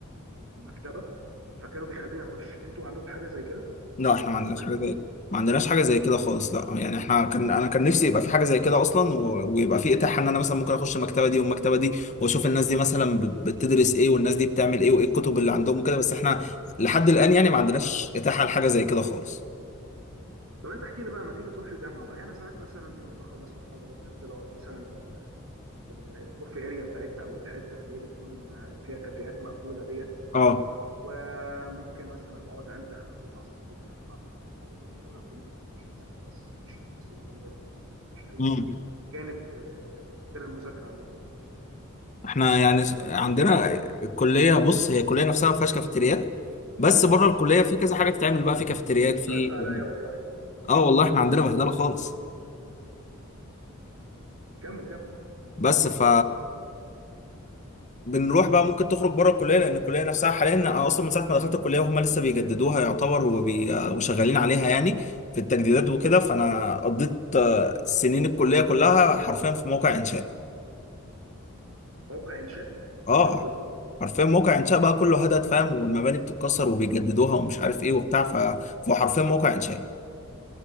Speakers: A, on the right; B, on the left.
A: المكتبه فكانوا بيخلوني اخش انتوا عندكم حاجه زي كده
B: لا احنا
A: تدوها
B: ما عندناش
A: لي
B: حاجه زي ما عندناش حاجه
A: مم.
B: زي كده خالص لا يعني احنا كان انا كان نفسي يبقى في حاجه زي كده اصلا و... ويبقى في اتاحه ان انا مثلا ممكن اخش المكتبه دي والمكتبه دي واشوف الناس دي مثلا ب- بتدرس ايه والناس دي بتعمل ايه وايه الكتب اللي عندهم وكده بس احنا لحد الان يعني ما عندناش اتاحه لحاجه زي كده خالص
A: طب انت احكي لي بقى لما تيجي تروح الجامعه بقى يعني انا ساعات مثلا ايه بخلص محاضرات انزل اقعد مثلا في ال في ال- الكوفي اريا بتاعتنا او الحته اللي هي بتكون آه، فيها كافيهات مقفوله ديت
B: اه
A: وممكن مثلا ابقى اقعد انتخ اخرج مع صحابي بتاع انتوا عندكم في حاجه زي كده ولا كلكم بتخشوا تذاكروا بس مفيش اي سوشيال لايف خالص مفيش اي
B: امم
A: جانب آه، غير المذاكره عندكم
B: احنا يعني س- عندنا الكليه بص هي الكليه نفسها ما فيهاش كافيتريات بس بره الكليه في كذا حاجه بتتعمل بقى في كافيتريات
A: <laughs>
B: في
A: صعبت عليا
B: يعني،
A: والله
B: اه والله احنا عندنا بهدله خالص
A: كمل كمل
B: بس ف بنروح بقى ممكن تخرج بره الكليه لان الكليه نفسها حاليا انا اصلا من ساعه ما دخلت الكليه وهم لسه بيجددوها يعتبر وبي... آه، وشغالين عليها يعني في التجديدات وكده فانا قضيت آه، سنين الكليه كلها حرفيا في موقع انشاء
A: موقع انشاء
B: اه
A: هزر
B: حرفيا موقع انشاء بقى كله هدد فاهم والمباني بتتكسر وبيجددوها ومش عارف ايه وبتاع ف... فهو حرفيا موقع انشاء